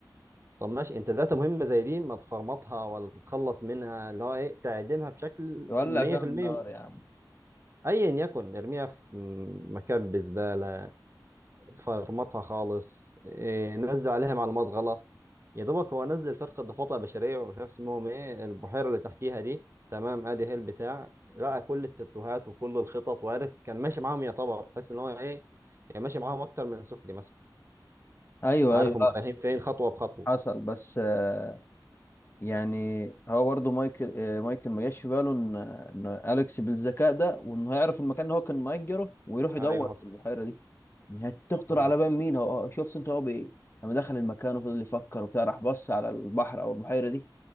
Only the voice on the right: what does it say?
طب ماشي انت داتا مهمه زي دي ما تفرمطها ولا تتخلص منها اللي هو ايه تعدمها بشكل
100%
ايا يكن ارميها في مكان بزباله فرمطها خالص إيه نزل عليها معلومات غلط يا دوبك هو نزل فرقه ضفادع بشريه ومش عارف اسمهم ايه البحيره اللي تحتيها دي تمام ادي هي البتاع لقى كل التاتوهات وكل الخطط وعارف كان ماشي معاهم يعتبر تحس ان هو ايه كان ماشي معاهم اكتر من سكري مثلا
عارف
هم
رايحين فين خطوه بخطوه
ايوه حصل
ايوه